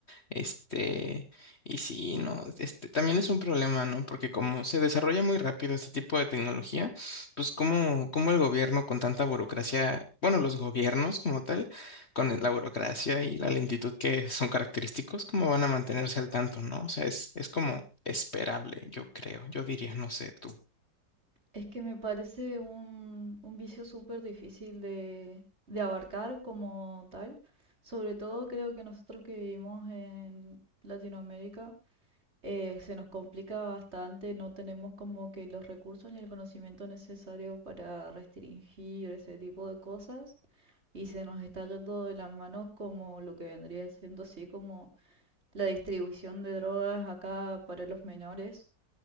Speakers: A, on the left; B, on the right.
A: Este, y sí, no, este también es un problema, ¿no? Porque como se desarrolla muy rápido este tipo de tecnología, pues como, como el gobierno con tanta burocracia, bueno, los gobiernos como tal, con la burocracia y la lentitud que son característicos, ¿cómo van a mantenerse al tanto, ¿no? O sea, es, es como esperable, yo creo, yo diría, no sé tú.
B: Es que me parece un, un vicio súper difícil de, de abarcar como tal. Sobre todo creo que nosotros que vivimos en Latinoamérica eh, se nos complica bastante, no tenemos como que los recursos ni el conocimiento necesario para restringir ese tipo de cosas y se nos está yendo de las manos como lo que vendría siendo así como la distribución de drogas acá para los menores